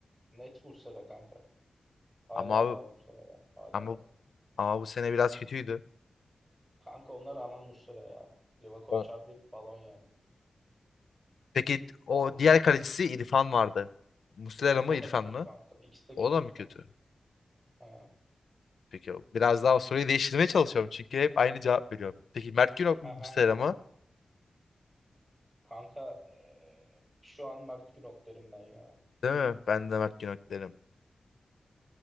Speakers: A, on the right; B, on the left.
A: net Muslera kanka. Hala
B: Ama abi,
A: daha Muslera yani. Hala
B: ama
A: daha.
B: ama bu sene biraz kötüydü.
A: Kanka ona rağmen Muslera ya. Livakovic
B: O-
A: harbi balon yani.
B: Peki o
A: Balon.
B: diğer kalecisi İrfan vardı. Muslera mı
A: O
B: İrfan
A: da kötü
B: mı?
A: kanka. İkisi de
B: O
A: kötü
B: da mı
A: kanka.
B: kötü?
A: Ha.
B: Peki o- biraz daha soruyu değiştirmeye çalışıyorum. Çünkü hep aynı cevap veriyorum. Peki Mert Günok
A: Ha
B: mu Muslera
A: ha.
B: mı?
A: Kanka eee, şu an Mert Günok derim ben ya.
B: Değil mi? Ben de Mert Günok derim.